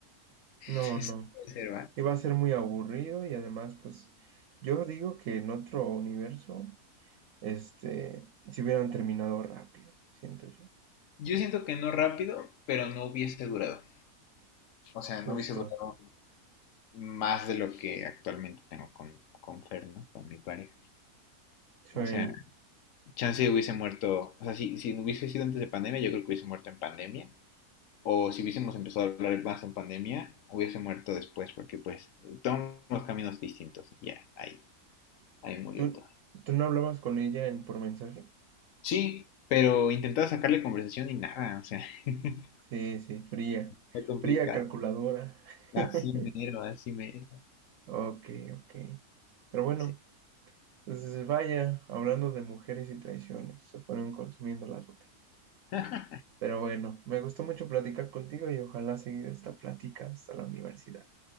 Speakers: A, on the right (about 65°); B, on the left (about 70°).
A: no,
B: Sí,
A: no.
B: puede ser, ¿va?
A: Y va a ser muy aburrido y además, pues, yo digo que en otro universo, este, si hubieran terminado rápido, siento yo.
B: Yo siento que no rápido, pero no hubiese durado. O sea, no
A: Justo.
B: hubiese durado más de lo que actualmente tengo con, con Fer, ¿no? Con mi pareja.
A: Soy...
B: O sea, chance hubiese muerto, o sea, si, si no hubiese sido antes de pandemia, yo creo que hubiese muerto en pandemia. O si hubiésemos empezado a hablar más en pandemia, hubiese muerto después, porque pues tomamos caminos distintos y ya, ahí, ahí murió
A: ¿Tú,
B: todo.
A: tú no hablabas con ella en por mensaje?
B: Sí, pero intentaba sacarle conversación y nada, o sea, <laughs>
A: Sí, sí, fría.
B: fue complicado.
A: Fría calculadora.
B: Así
A: <laughs>
B: mero, así mero.
A: Ok, ok. Pero bueno,
B: sí.
A: pues vaya, hablando de mujeres y traiciones, se fueron consumiendo las botellas.
B: <laughs>
A: Pero bueno, me gustó mucho platicar contigo y ojalá seguir esta plática hasta la universidad.